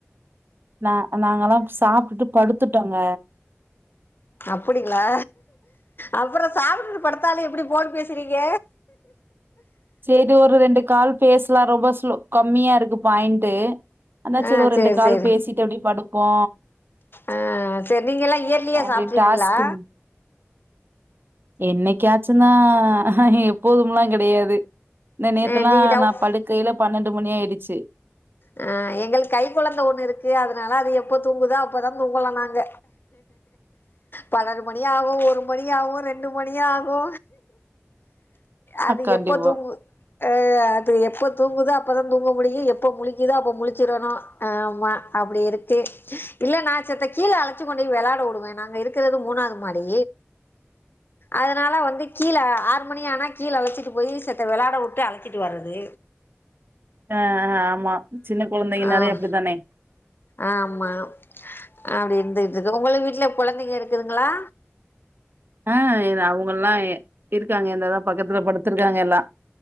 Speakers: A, on the right (about 50°); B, on the left (about 50°).
A: நா நாங்கல்லா சாப்டுட்டு படுத்துட்டோங்க
B: அப்படிங்களா அப்றோ சாப்டுட்டு படுத்தாலு எப்டி போன் பேசுறீங்க?
A: சே இதொரு ரெண்டு கால் பேசலா ரொம்ப ஸ் லோகப் மியாருக்கு பாயிண்டு அதா
B: ஆ
A: செரி ஒரு
B: சேரி
A: ரெண்டு கால்
B: சேரி
A: பேசிட்டு அப்டி படுப் ப்போ
B: ஆ செர் நீங்கலா இயர்லியா
A: அப்டின்னு
B: சாப்ட்ரூவீங்களா?
A: டாஸ்க்கு என்னைக்காச்சுந்தா எப்போதும்லா கெடையாது இன நேத்தெல்லா
B: ஆ நீங்க டவ்
A: நா படுக்கையில பண்ணண் டு மணி ஆயிருச்சு
B: ஆ எங்களுக்க் கை கொழந்த ஒன்னு இருக்கு அத்னால அது எப்ப தூங்குதோ அப்பதா தூங்கலா நாங்க பண்ணண்டு மணி ஆகு ஒரு மணி ஆகு ரெண்டு மணி ஆகு அது
A: கண்டிப்பா
B: எப்ப தூங்கு ஆ அது எப்ப தூங்குதோ அப்பதா தூங்க முடியூ எப்ப முழிக் கிதோ அப்ப முழிச்சிரணூ ஆமா அப்டிருக்கு இல்ல நா செத்த கீழ அழச்சு கொண்டு போய் வெளாட விடுவே நாங்க இருக்கிறது மூணாவ்து மாடி அதனால வந்து கீழ ஆறு மணி ஆனா கீழ அழச்சிட்டு போய் செத்த வெளாட விட்டு அழச்சிட்டு வர்றது
A: ஆ ஆமா சின்ன கொழந்தைங்கன்னாலே
B: ஆ
A: அப்டிதானே
B: ஆமா அப்டி இருந்துகிட்டுர்க் உங்களு வீட்ல கொழந்தைங்க இருக்குதுங்ளா?
A: ஆ இத் அவங்கெல்லா இருக்காங்க இந்தாதா பக்கத்துல படுத்திருக்காங்க எல்லா